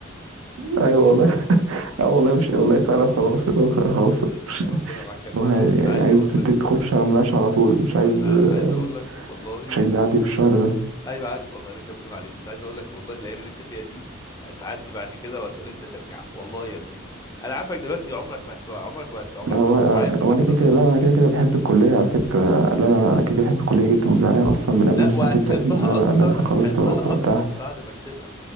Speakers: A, on the right; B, on the left.
A: <laughs> ايوه والله <laughs> اه والله مش والله فعلا خلاص اللي هو خلاص
B: <laughs>
A: مش
B: ربنا معاك يا ابني
A: اللي هو
B: والله
A: يعني
B: بس عايز
A: عايز
B: اقول
A: تت-
B: لك
A: تخش على مناقشه على طول مش عايز
B: بس ع-
A: آه،
B: عايز اقول لك والله
A: مش عايز نعدي في الشهر ده
B: ايوه عارف والله اللي انت بتقول عليه بس عايز اقول لك والله الايام اللي انت فيها دي هتعدي بعد كده وهتقول امتى ترجع والله يا ابني انا عارفك دلوقتي عمرك ما هت- عمرك ما هت- عمرك
A: آه، هو
B: ما هتكون
A: آه،
B: معايا في وجهه
A: هو انا
B: النظر
A: كده كده لا انا كده كده بحب الكليه على فكره لا لا انا كده كده بحب الكليه جدا وزعلان اصلا من قبل
B: لا
A: ما السنه
B: وهتحبها
A: تبدا دي ان انا بقى
B: اكتر
A: ان انا خلاص
B: هتحبها
A: ب- بودعها
B: اكتر بعد ما تسيبها